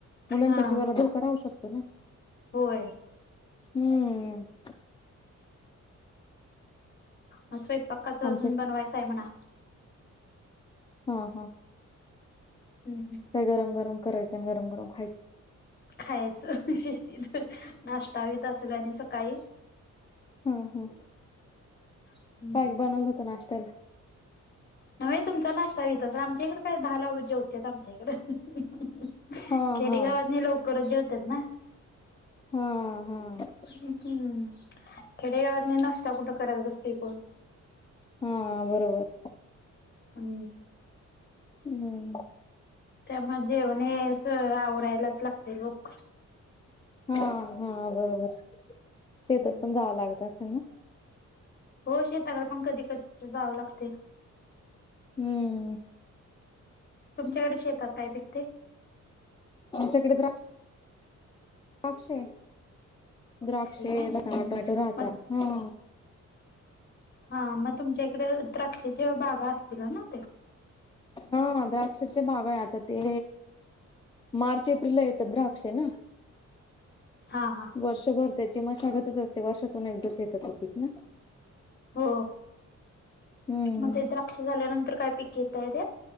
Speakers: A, on the left; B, on the left.
A: मुलांच्या
B: हा
A: जीवाला धोका राहू शकतो ना?
B: होय
A: हम्म.
B: आज स्वयंपाकाचं अजून
A: आमचे
B: बनवायचं आहे म्हणा.
A: हा हा.
B: हम्म हम्म.
A: काय गरम गरम करायचं आणि गरम गरम खाय
B: खायचं शिस्तीत नाश्ता व्हित असल आणि सकाळी.
A: हम्म हम्म
B: हम्म
A: काय बनवलं होतं नाष्टाला?
B: होय तुमचा नाश्ता व्हित असल, आमच्या इकडं काय दहाला जेवत्यात आमच्या इकडं.
A: हा
B: खेडेगावातनी
A: हा
B: लवकरच जेवतत्यात ना.
A: हा हा
B: हम्म खेडे गावातनी नाष्टा कुठं करत बसतंय कोण.
A: हा बरोबर.
B: हम्म.
A: हम्म
B: त्यामुळे जेवण हे सगळं आवरायलाच लागतंय लवकर.
A: हा हा बरोबर, शेतात
B: हम्म.
A: पण जावं लागत असल ना?
B: हो शेताकडं पण कधी कधी त जावं लाग ते ना.
A: हम्म
B: तुमच्याकडे शेतात काय पिकतंय?
A: आमच्याकडे तर द्रा क्षे द्राक्षे
B: काय
A: <unintelligible>
B: हम्म, हम्म.
A: राहता
B: मग
A: हा.
B: हा म तुमच्या इकडं द्राक्षेच्या बागा असतील ना ते?
A: हा द्राक्षचे बाग आहे आता ते मार्च, एपिल येतात द्राक्षे ना.
B: हां हां
A: वर्षभर त्याची मशागतच असते वर्षातून एकदाच येत पीक ना
B: हो
A: हम्म
B: मग ते द्राक्ष झाल्यानंतर काय पिक घेतात